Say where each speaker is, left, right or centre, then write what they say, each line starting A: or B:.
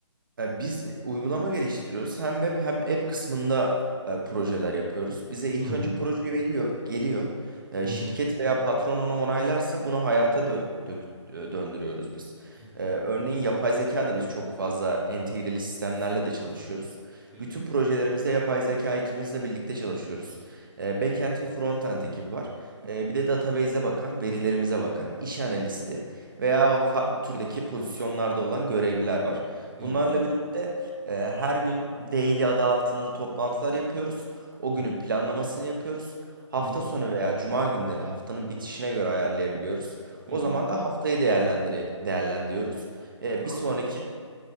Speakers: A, on the right (about 40°); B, on the right (about 15°).
A: E, Biz uygulama geliştiriyoruz. Hem web hem app kısmında e, projeler yapıyoruz. Bize ilk
B: Hı hı,
A: önce proje veriyor, geliyor. E,
B: hı hı,
A: şirket veya patron onu onaylarsa bunu hayata dö- dök- e, döndürüyoruz biz.
B: hı hı.
A: E, örneğin yapay zeka da biz çok fazla entegreli sistemlerle
B: Sistemler.
A: de çalışıyoruz.
B: Hı hı,
A: Bütün projelerimizde yapay zeka ekibimizle birlikte çalışıyoruz. E, backend ve frontend ekibi var. E,
B: hı hı,
A: bir de database'e bakan, verilerimize bakan iş analisti veya farklı türdeki pozisyonlarda olan görevliler var.
B: hı
A: Bunlarla
B: hı,
A: birlikte e, her gün daily adı altında toplantılar yapıyoruz. O
B: hı
A: günün planlamasını yapıyoruz. Hafta
B: hı, hı hı,
A: sonu veya cuma günleri haftanın bitişine göre ayarlayabiliyoruz. O
B: hı hı, hı hı.
A: zaman da haftayı değerlendiri değerlendiriyoruz. E,
B: Anladım.
A: bir sonraki